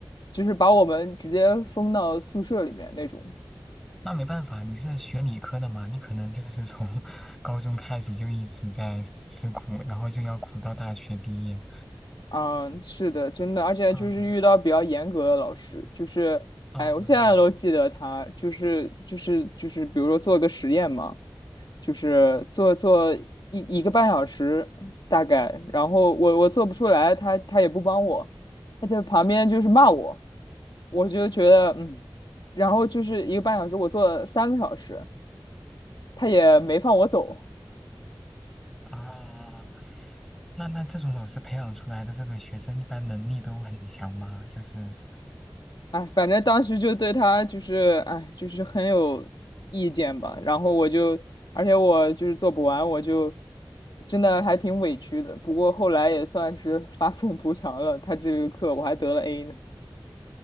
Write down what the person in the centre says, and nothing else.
那没办法，你是学理科的嘛，你可能就是从 <laughs> 高中开始就一直在吃苦，然后就要苦到大学毕业。
嗯
嗯。
嗯
啊，那那这种老师培养出来的这个学生，一般能力都很强吗？就是